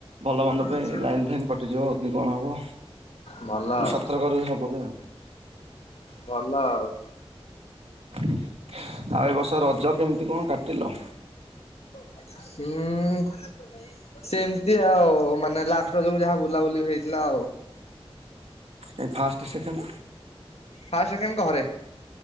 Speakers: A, on the right; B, on the left.
A: ଭଲମନ୍ଦ
B: ଆଚ୍ଛା
A: ପାଇଁ ଲାଇନ୍ ଫାଇନ୍ କଟିଯିବ କି କଣ ହବ
B: ଭଲ
A: ମୁଁ
B: ଆଉ
A: ସତର୍କ ରହେ ସବୁବେଳେ ଆଉ।
B: ଭଲ ଆଉ।
A: ଆଉ ଏ ବର୍ଷ ରଜ କେମିତି କଣ କାଟିଲ?
B: ହୁଁ ସେମିତି ଆଉ ମାନେ ଲାଷ୍ଟ୍ ରଜକୁ ଯାହା ବୁଲାବୁଲି ହେଇଥିଲା ଆଉ।
A: ଏ ଫାଷ୍ଟ ସେକେଣ୍ଡ
B: ଫାଷ୍ଟ୍, ସେକେଣ୍ଡ୍ ଘରେ।